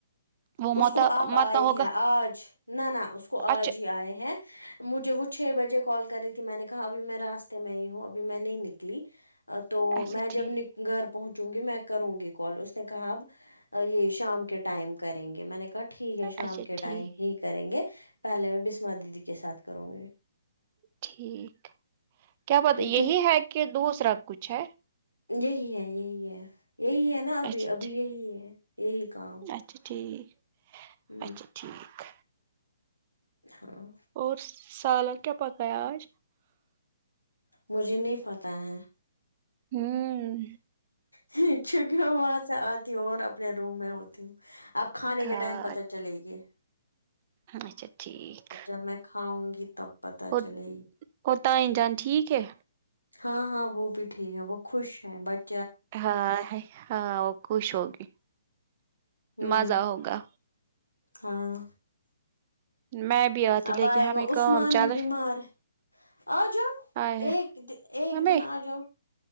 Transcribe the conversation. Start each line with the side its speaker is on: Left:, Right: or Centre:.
Right: وہ
Left: اس
Right: مت
Left: کو اب آئے
Right: مت نہ ہوگا
Left: ہیں آج نہ نہ اس کو آج
Right: اچھا
Left: ہی آئے ہیں مجھے وہ چھ بجے کال کر رہی تھی میں نے کہا ابھی میں راستے میں ہی ہوں ابھی میں نہیں نکلی ا تو
Right: اچھا
Left: میں
Right: ٹھیک
Left: جب نک گھر پہنچوں گی میں کروں گی کال اس نے کہا اب یہ شام کے ٹائم کر لیں گے میں نے کہا ٹھیک ہے شام
Right: اچھا
Left: کے
Right: ٹھیک
Left: ٹائم ہی کریں گے پہلے میں بسمہ دیدی کے ساتھ کروں گی
Right: ٹھیک کیا بات
Left: کیونکہ
Right: یہی ہے کہ دوسرا کچھ ہے
Left: یہی ہے یہی ہے یہی ہے نا ابھی
Right: اچھا
Left: ابھی
Right: ٹھیک
Left: یہی ہے یہی کام
Right: اچھا ٹھیک
Left: ہ
Right: اچھا ٹھیک
Left: ہاں
Right: اور سالن کیا پکا یا آج
Left: مجھے نہیں پتا ہے
Right: ہوں
Left: کیونکہ میں وہاں سے آتی ہوں اور اپنے روم میں ہوتی ہوں اب کھانے
Right: ہاں
Left: کے ٹائم پتہ چلے گی
Right: اچھا ٹھیک
Left: جب میں کھاؤں گی تب پتہ
Right: اور
Left: چلے گی
Right: اور تائی جان ٹھیک ہے
Left: ہاں ہاں وہ بھی ٹھیک ہے وہ خوش ہیں بٹ
Right: ہاں ہے ہاں وہ خوش ہوگی
Left: ہوں
Right: مزہ ہوگا
Left: ہاں
Right: میں بھی آتی
Left: اب
Right: لیکن
Left: آئے
Right: ہمیں
Left: گا عثمان
Right: کام چل
Left: بھی بیمار ہے آجاؤ
Right: آئے
Left: ایک دن ایک
Right: ہمیں
Left: دن آجاؤ